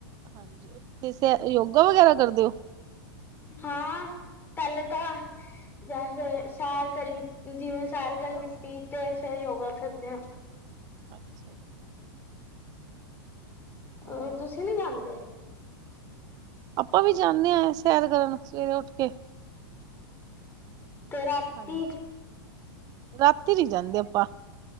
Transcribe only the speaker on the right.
ਹਾਂਜੀ ਉੱਥੇ ਸ ਯੋਗਾ ਵਗੈਰਾ ਕਰਦੇ ਹੋ
ਅੱਛਾ ਜੀ
ਹੋਰ
ਆਪਾਂ ਵੀ ਜਾਂਦੇ ਆਂ ਸੈਰ ਕਰਨ, ਸਵੇਰੇ ਉੱਠ ਕੇ।
ਹਾਂਜੀ ਰਾਤੀ ਨੀ ਜਾਂਦੇ ਆਪਾਂ।